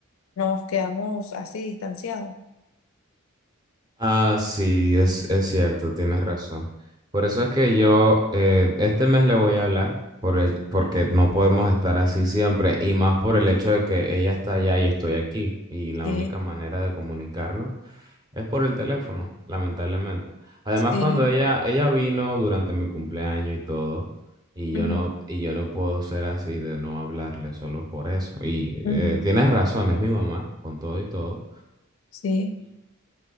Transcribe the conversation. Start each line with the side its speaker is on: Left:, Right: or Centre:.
Left: nos quedamos así distanciados.
Right: Ah, sí, es, es cierto, tienes razón. Por eso es que yo eh, este mes le voy a hablar, por el- porque no podemos estar así siempre, y más por
Left: Ujú.
Right: el hecho de que ella está allá y estoy aquí, y la
Left: Sí,
Right: única manera de comunicarnos es por el teléfono, lamentablemente. Además,
Left: sí,
Right: cuando ella, ella vino durante mi cumpleaños y todo, y yo
Left: ujú,
Right: no, y yo no puedo ser así de no hablarle solo por eso. Y eh,
Left: ujú,
Right: tienes razón, es mi mamá, con todo y todo.
Left: Sí,